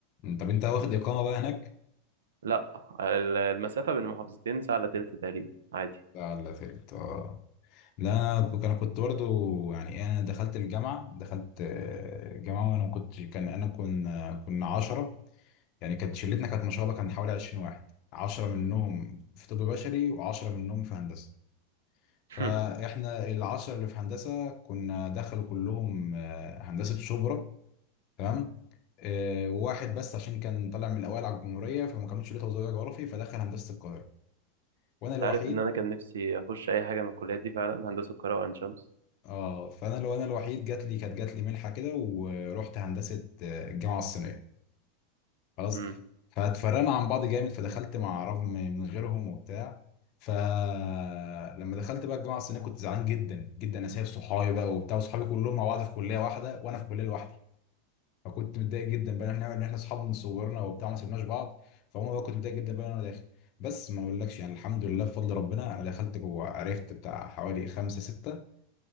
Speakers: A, on the left (about 50°); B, on the right (about 75°).
A: طب انت واخد إقامة بقى هناك؟
B: لا ال- المسافه بين محافظتين ساعه الا تلت تقريبا عادي
A: لا لا فهمت اه لا انا ب- انا كنت برضو يعني انا دخلت الجامعة دخلت آه، الجامعة وانا ما كنت كان انا كنا كنا 10 يعني كانت شلتنا كانت ما شاء الله كان حوالي 20 واحد 10 منهم في طب بشري و10 منهم في هندسة فاحنا
B: <laughs> انت
A: العشرة اللي في هندسة كنا دخلوا كلهم آه، هندسة شبرا تمام آه، وواحد بس عشان كان طالع من الاوائل على الجمهوريه فما كانوش ليه توزيع جغرافي فدخل هندسه القاهره وانا الوحيد
B: عارف ان انا كان نفسي اخش اي حاجه من الكليات دي فعلا هندسه القاهره وعين شمس
A: اه فانا لو انا الوحيد جات لي كانت جات لي منحه كده ورحت هندسه آه، الجامعه الصينيه خلاص
B: امم
A: فاتفرقنا عن بعض جامد فدخلت مع رغم من غيرهم وبتاع فلما دخلت بقى الجامعه الصينيه كنت زعلان جدا جدا انا سايب صحابي بقى وبتاع وصحابي كلهم مع بعض في كليه واحده وانا في كليه لوحدي فكنت متضايق جدا بقى ان احنا ان احنا اصحاب من صغرنا وبتاع ما سيبناش بعض فهم بقى كنت متضايق جدا بقى إن انا داخل بس ما اقولكش يعني الحمد لله بفضل ربنا انا دخلت جوه عرفت بتاع حوالي خمسه سته